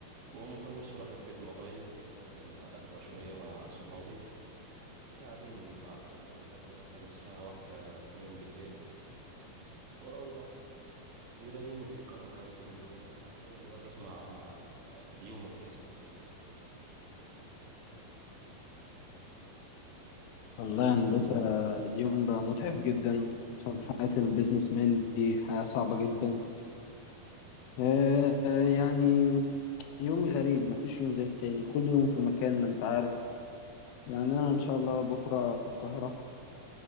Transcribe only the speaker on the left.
والله يا هندسة اليوم بقى متعب جدا خصوصا حياة البيزنس مان دي حياة صعبة جدا آه يعني يوم غريب مفيش يوم زي التاني كل يوم في مكان ما انت عارف يعني أنا إن شاء الله بكرة في القاهرة